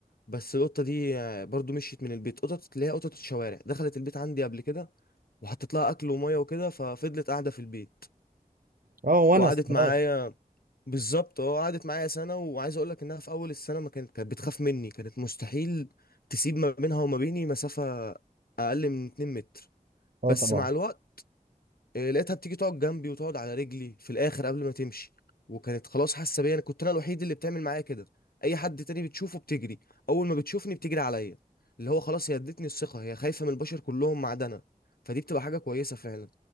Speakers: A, on the left (about 85°); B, on the right (about 70°).
A: بس القطة دي آه، برضو مشيت من البيت قطط اللي هي قطط الشوارع دخلت البيت عندي قبل كده وحطيت لها اكل وميه وكده ففضلت قاعدة في البيت
B: اه ونس
A: وقعدت
B: خلاص
A: معايا بالظبط اه قعدت معايا سنة وعايز اقول لك انها في اول السنة ما كانت كانت بتخاف مني كانت مستحيل تسيب ما بينها وما بيني مسافة اقل من 2 متر
B: اه
A: بس
B: طبعا
A: مع الوقت آه، لقيتها بتيجي تقعد جنبي وتقعد على رجلي في الاخر قبل ما تمشي وكانت خلاص حاسة بيا انا كنت انا الوحيد اللي بتعمل معايا كده اي حد تاني بتشوفه بتجري اول ما بتشوفني بتجري عليا اللي هو خلاص هي ادتني الثقة هي خايفة من البشر كلهم ما عدا انا فدي بتبقى حاجة كويسة فعلا